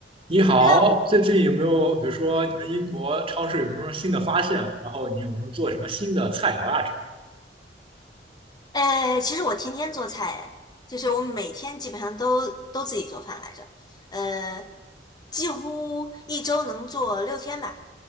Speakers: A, on the right; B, on the left.
A: 你好，
B: 那
A: 最近有没有，比如说你们英国超市有没有什么新的发现？然后你有没有做什么新的菜肴啊之类
B: 哎，其实我天天做菜，哎就是我每天基本上都都自己做饭来着，呃，几乎一周能做六天吧。